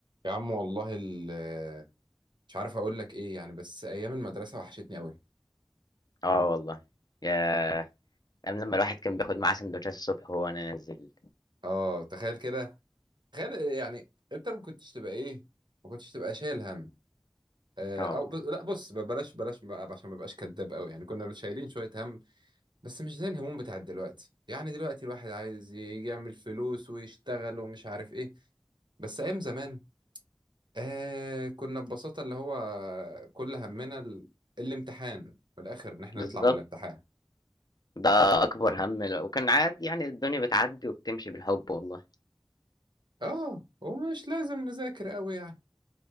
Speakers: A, on the right; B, on the left.
A: يا عم والله ال- مش عارف اقول لك ايه يعني بس ايام المدرسه وحشتني قوي
B: آه والله، ياه! أيام لمّا الواحد كان بياخد معاه سندوتشات الصبح وهو نازل،
A: اه تخيل كده تخيل يعني انت ما كنتش تبقى ايه ما كنتش تبقى شايل هم آه،
B: آه
A: او
B: والله،
A: ب... لا بص ب- بلاش بلاش بقى عشان ما بقاش كداب قوي يعني كنا شايلين شويه هم بس مش زي الهموم بتاعت دلوقتي يعني دلوقتي الواحد عايز ي- يعمل فلوس ويشتغل ومش عارف ايه بس ايام زمان آه كنا ببساطه اللي هو كل همنا ال... الامتحان من الاخر ان احنا
B: بالضبط،
A: نطلع من الامتحان
B: ده أكبر هَم ل وكان عادي يعني الدنيا بتعدّي وبتمشي بالحب والله،
A: اه ومش لازم نذاكر قوي يعني